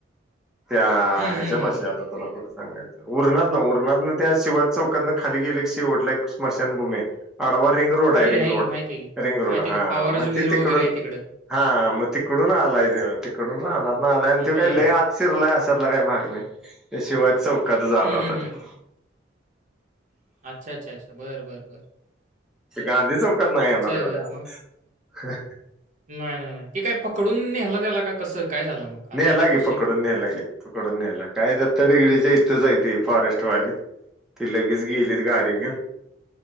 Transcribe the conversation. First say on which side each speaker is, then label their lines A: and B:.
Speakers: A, in the centre; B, on the right.
A: त्या,
B: हं,
A: ह्याच्यापाशी
B: हं, हं.
A: आता तुला कठ सांगाच उरात ना उरात ना त्या शिवाज चौकातन खाली गेले ते ओढले की स्मशानभूमी आहे आडवा रिंग रोड आहे रिंग
B: की,
A: रोड
B: की. माहिती आहे की.
A: रिंग रोड
B: माहिती
A: हा
B: आहे की पवाराची
A: मग
B: विहीर
A: ते तिकडून
B: वगैरे आहे तिकडं.
A: हा मग तिकडून आलाय ते तिकडून राहणार आणि तो
B: बरं.
A: काय लय आत शिरला अशातला काही भाग नाही त्याशिवाय चौकात जाणार
B: हं, हं,
A: आहे
B: हं. अच्छा, अच्छ, अच्छा, बर बर,,
A: ते गांधी चौकात नाही येणार एवढ्या
B: होय. मग
A: आत
B: नाही नाही नाही ते काय पकडून नेला त्याला का कसं काय झालं मग काल
A: नेलं की
B: विषय?
A: पकडून न्यायलागे पकडून न्यायला कायद्या तडगिडी जा इथ जाय फॉरेस्ट वालीत ती लगेच गेलीत गाडी घेऊन